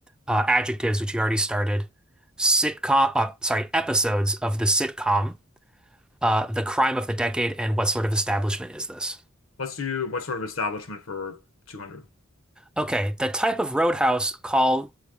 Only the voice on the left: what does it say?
Let's do what sort of establishment for 200.